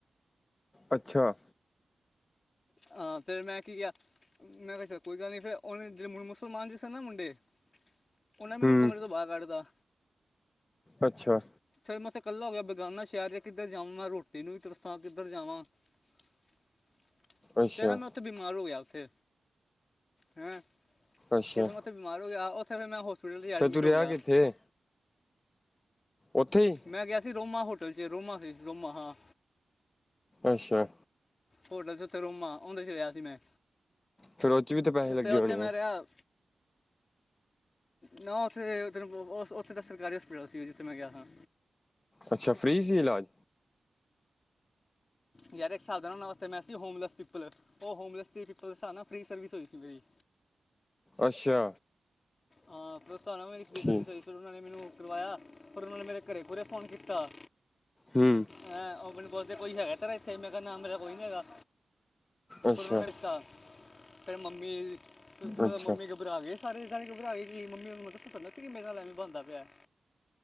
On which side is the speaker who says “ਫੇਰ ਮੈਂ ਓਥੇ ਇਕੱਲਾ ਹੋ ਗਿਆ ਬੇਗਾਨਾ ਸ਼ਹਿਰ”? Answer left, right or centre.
Left